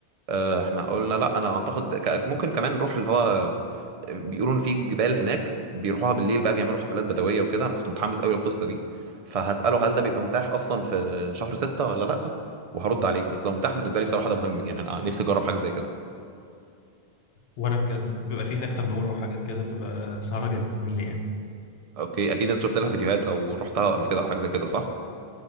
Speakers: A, on the right; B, on the left.
A: آه احنا قلنا لا انا اعتقد ك- ممكن كمان نروح اللي هو بيقولوا ان في جبال هناك بيروحوها بالليل بقى بيعملوا حفلات بدويه وكده انا كنت متحمس قوي للقصه دي فهساله هل ده بيبقى متاح اصلا في شهر ستة ولا لا وهرد عليك بس لو متاح بالنسبه لي بصراحه ده مهم يعني انا نفسي اجرب حاجه زي كده
B: وانا بجد بيبقى فيه هناك تنوره وحاجات كده بتبقى سهره جميله يعني
A: اوكي اكيد انت شفت لها فيديوهات او رحتها قبل كده او حاجه زي كده صح